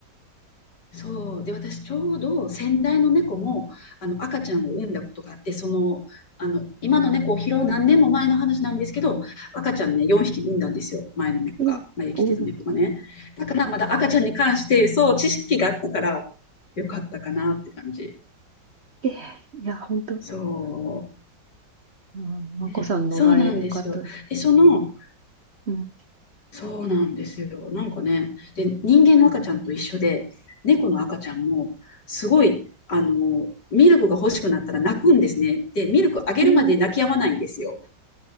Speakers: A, on the left (about 65°); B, on the right (about 45°).
A: そう。で、私ちょうど先代の猫も、あの、赤ちゃんを産んだことがあって、
B: うん、
A: その、あの、今の猫を拾う何年も前の話なんですけど、赤ちゃんね、4匹産んだんですよ。前の猫が、
B: ええ、
A: 前にきてた猫がね。
B: おお、
A: だからまだ赤ちゃんに関して、そう、知識があったから、よかったかなって感じ。
B: ええ、いや、本当、う
A: そう。
B: ん、まこさんの前でよかったです。
A: ね、そうなんですよ。で、その、
B: うん。
A: そうなんですよ。なんかね、で、人間の赤ちゃんと一緒で、猫の赤ちゃんも、すごい、あの、ミルクが欲しくなったら泣くんですね。で、ミルクあげるまで泣き止まないんですよ。
B: うん。